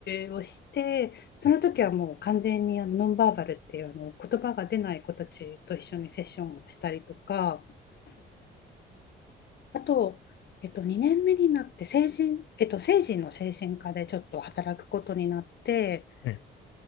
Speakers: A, on the left; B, on the left.
A: 習をして、その時はもう完全にあのノンバーバルっていうあの言葉が出ない子たちと一緒にセッションをしたりとか、
B: はい。
A: あと、えっと、2年目になって成人、えっと、成人の精神科でちょっと働くことになって、
B: はい。